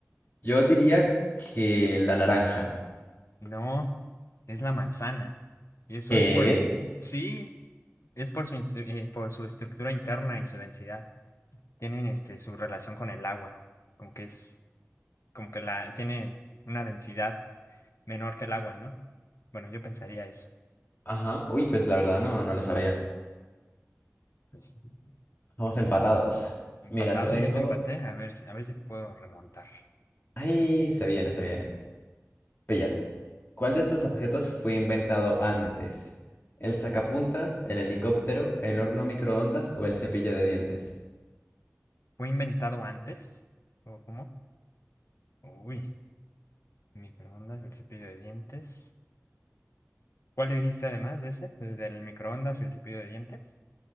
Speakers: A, on the left; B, on the left.
A: Yo diría que la naranja.
B: No, es la manzana. Y eso
A: ¿Qué?
B: es por, sí, es por su, instru- eh, por su estructura interna y su densidad. Tienen este, su relación con el agua, como que es, como que la, tiene una densidad menor que el agua, ¿no? Bueno, yo pensaría eso.
A: Ajá. Uy, pues la verdad no, no lo sabía.
B: Pues
A: Vamos
B: ahí
A: empatados.
B: está. Empatados,
A: Mira, te tengo.
B: ya te empaté, a ver si, a ver si te puedo remontar.
A: Ay, se viene, se viene. Píllate. ¿Cuál de estos objetos fue inventado antes? ¿El sacapuntas, el helicóptero, el horno microondas o el cepillo de dientes?
B: ¿Fue inventado antes? ¿O cómo? Uy, microondas, el cepillo de dientes. ¿Cuál dijiste además de ese? ¿El del microondas y el cepillo de dientes?